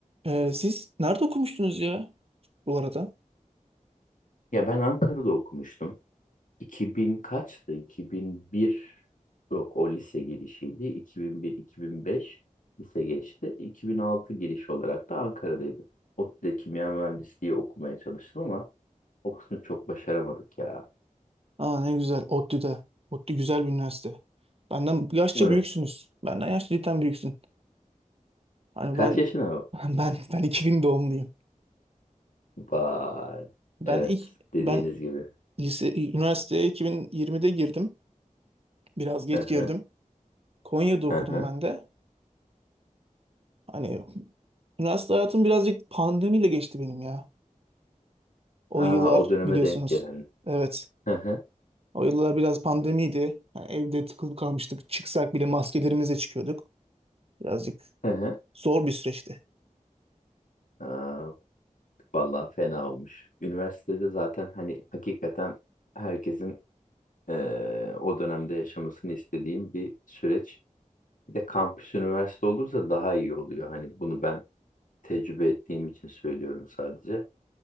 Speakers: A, on the right; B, on the left.
A: Ee, siz nerede okumuştunuz ya bu arada?
B: Ya ben Ankara'da okumuştum. 2000 kaçtı? 2001 yok o lise girişiydi. 2001-2005 lise geçti. 2006 giriş olarak da Ankara'daydım. ODTÜ'de kimya mühendisliği okumaya çalıştım ama o kısmı çok başaramadık ya.
A: Aa ne güzel ODTÜ'de. ODTÜ güzel bir üniversite. Benden yaşça
B: Evet.
A: büyüksünüz. Benden yaşça cidden büyüksün. Hani
B: Kaç
A: ben
B: yaşına?
A: <laughs> ben ben 2000 doğumluyum.
B: Vay.
A: Ben
B: Evet.
A: ilk
B: Dediğiniz
A: ben
B: gibi.
A: lise üniversiteye 2020'de girdim. Biraz geç
B: Hı hı.
A: girdim. Konya'da okudum
B: Hı hı.
A: ben de. Hani üniversite hayatım birazcık pandemiyle geçti benim ya. O
B: Aa,
A: yıllar
B: o döneme
A: biliyorsunuz.
B: denk gelen.
A: Evet.
B: Hı hı.
A: O yıllar biraz pandemiydi. Yani evde tıkılıp kalmıştık. Çıksak bile maskelerimizle çıkıyorduk. Birazcık
B: Hı hı.
A: zor bir süreçti.
B: Aa, Vallahi fena olmuş. Üniversitede zaten hani hakikaten herkesin eee, o dönemde yaşamasını istediğim bir süreç. Bir de kampüs üniversite olursa daha iyi oluyor. Hani bunu ben tecrübe ettiğim için söylüyorum sadece.